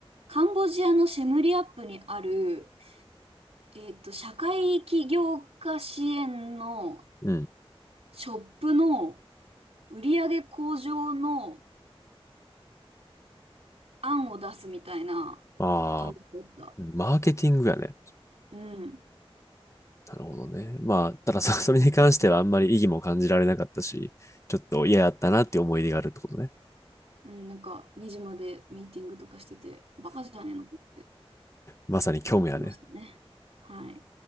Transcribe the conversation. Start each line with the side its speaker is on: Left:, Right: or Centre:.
Right: カンボジアのシェムリアップにある、えっと、社会起業家支援の
Left: うん。
Right: ショップの売り上げ向上の案を出すみたいな感じだった。
Left: ああ、マーケティングやね。
Right: うん。
Left: なるほどね。まあ、ただそ、<laughs> それに関してはあんまり意義も感じられなかったし、ちょっと嫌やったなっていう思い出があるってことね。
Right: うん、なんか2時までミーティングとかしてて、バカじゃねえのって
Left: まさに虚無やね。
Right: やってましたね。はい。